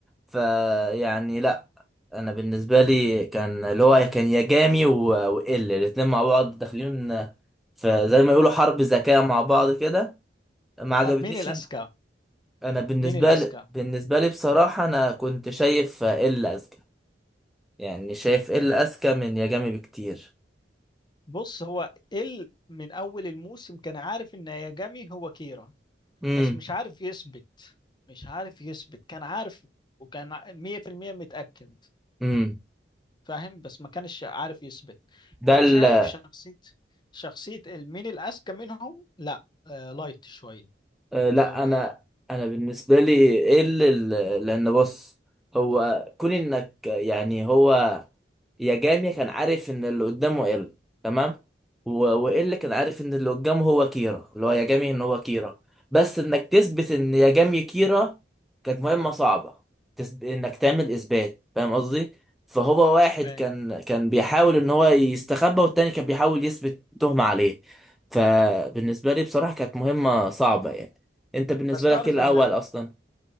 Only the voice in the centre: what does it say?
فيعني لا انا بالنسبه لي كان اللي هو كان ياجامي و- وال الاتنين مع بعض داخلين في زي ما يقولوا حرب ذكاء مع بعض كده ما عجبتنيش
انا بالنسبه
لي بالنسبه لي بصراحه انا كنت شايف ال اذكى يعني شايف ال
اذكى من يا جامي بكتير
امم
امم
ده
أه لا
انا انا بالنسبه لي ايه اللي اللي- لان بص هو كون انك يعني هو يا جامي كان عارف ان اللي قدامه ال تمام و- والا كان عارف ان اللي قدامه هو كيرا اللي هو يا جامي ان هو كيرا بس انك تثبت ان يا جامي كيرا كانت مهمه صعبه تثب... انك تعمل اثبات فاهم قصدي فهو واحد
كان كان بيحاول ان هو يستخبى والتاني كان بيحاول يثبت تهمه عليه فبالنسبه لي بصراحه كانت مهمه صعبه يعني انت بالنسبه
لك ايه الاول
اصلا